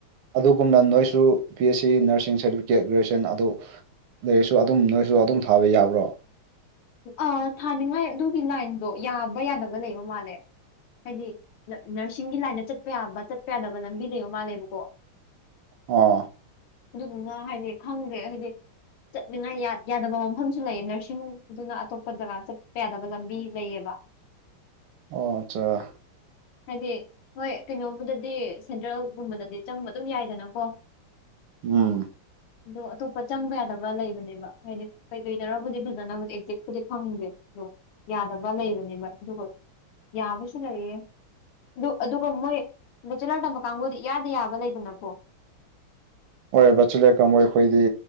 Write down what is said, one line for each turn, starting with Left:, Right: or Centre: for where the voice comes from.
Right: ꯑꯗꯨꯒꯨꯝꯅ ꯅꯣꯏꯁꯨ ꯄꯤ ꯑꯦꯁ ꯁꯤ ꯅꯔꯁꯤꯡ ꯁꯥꯔꯇꯤꯐꯤꯀꯦꯠ ꯒ꯭ꯔꯦꯖꯨꯑꯌꯦꯁꯟ ꯑꯗꯨ ꯂꯩꯔꯁꯨ ꯑꯗꯨꯝ ꯅꯣꯏꯁꯨ ꯑꯗꯨꯝ ꯊꯥꯕ ꯌꯥꯕ꯭ꯔꯣ
Left: ꯑꯥ ꯊꯥꯅꯤꯡꯉꯥꯏ ꯑꯗꯨꯒꯤ ꯂꯥꯏꯟꯗꯣ ꯌꯥꯕ ꯌꯥꯗꯕ ꯂꯩꯕ ꯃꯥꯜꯂꯦ ꯍꯥꯏꯗꯤ ꯅꯔꯁꯤꯡꯒꯤ ꯂꯥꯢꯟꯗ ꯆꯠꯄ ꯌꯥꯕ ꯆꯠꯄ ꯌꯥꯗꯕ ꯂꯝꯕꯤ ꯂꯩꯕ ꯃꯥꯜꯂꯦꯕꯀꯣ
Right: ꯑꯣ
Left: ꯑꯗꯨꯗꯨꯅ ꯍꯥꯏꯗꯤ ꯈꯪꯗꯦ ꯍꯥꯏꯗꯤ ꯆꯠꯅꯤꯡꯉꯥꯏ ꯌꯥꯗꯕ ꯃꯐꯝꯁꯨ ꯂꯩꯌꯦ ꯅꯔꯁꯤꯡ ꯑꯗꯨꯅ ꯑꯇꯣꯞꯄ ꯖꯒꯥ ꯆꯠꯄ ꯌꯥꯗꯕ ꯂꯝꯕꯤ ꯂꯩꯌꯦꯕ
Right: ꯑꯣ ꯑꯠꯆꯥ
Left: ꯍꯥꯏꯦ ꯍꯣꯏ ꯀꯩꯅꯣꯕꯨꯗꯗꯤ ꯁꯦꯟꯇ꯭ꯔꯦꯜꯒꯨꯝꯕꯗꯗꯤ ꯆꯪꯕ ꯑꯗꯨꯝ ꯌꯥꯏꯗꯅꯀꯣ
Right: ꯎꯝ
Left: ꯑꯗꯣ ꯑꯇꯣꯞꯄ ꯆꯪꯕ ꯌꯥꯗꯕ꯭ꯔꯥ ꯂꯩꯕꯅꯦꯕ ꯍꯥꯏꯗꯤ ꯀꯩꯀꯩꯗꯔꯕꯨꯗꯤ ꯐꯖꯅꯕꯨ ꯠꯄꯨꯗꯤ ꯐꯪꯗꯦ ꯑꯗꯣ ꯌꯥꯗꯕ ꯂꯩꯕꯅꯦꯕ ꯑꯗꯨꯒ ꯌꯥꯕꯁꯨ ꯂꯩꯌꯦ ꯑꯗꯨ ꯑꯗꯨꯒ ꯃꯣꯏ ꯕꯦꯆꯨꯂꯔ ꯇꯝꯕ ꯀꯥꯡꯕꯨꯗꯤ ꯌꯥꯗ ꯌꯥꯕ ꯂꯩꯗꯅꯀꯣ
Right: ꯍꯣꯏꯕꯆꯂꯦꯛꯀꯕꯨꯣꯏ ꯑꯩꯈꯣꯏꯗꯤ